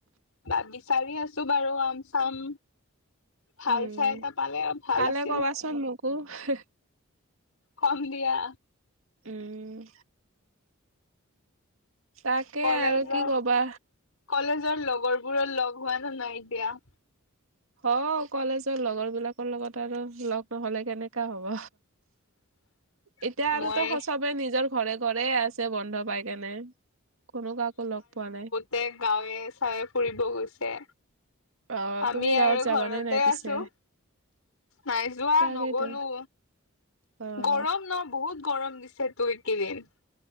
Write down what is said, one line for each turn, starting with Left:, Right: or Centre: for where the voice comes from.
Left: বাদ বিচাৰি আছোঁ বাৰু, আম চাম। ভাল
Right: উম
Left: চাই এটা পালে, ভাল
Right: পালে
Left: আছিল।
Right: <unintelligible>
Left: কম দিয়া।
Right: উম। তাকে
Left: কলেজৰ,
Right: আৰু কি কবা
Left: কলেজৰ লগৰবোৰৰ লগ হোৱা <unintelligible> নাই এতিয়া।
Right: হওঁ কলেজৰ লগৰ বিলাকৰ লগত আৰু লগ নহলে কেনেকা হ'ব?
Left: <inaudible>
Right: এতিয়া আৰুতো
Left: মই
Right: চবে নিজৰ ঘৰে ঘৰে আছে বন্ধ পাই কেনে। কোনো কাকো লগ পোৱা নাই।
Left: তে গাঁৱে চাঁৱে ফুৰিব গৈছে।
Right: অ',
Left: আমি
Right: তুমি গাঁৱত
Left: আৰু
Right: যাবানে
Left: ঘৰতে
Right: নাই
Left: আছো।
Right: পিছে?
Left: নাই যোৱা
Right: তাকেইতো।
Left: নগলো।
Right: অ।
Left: গৰম ন বহুত গৰম দিছে তো এইকেইদিন।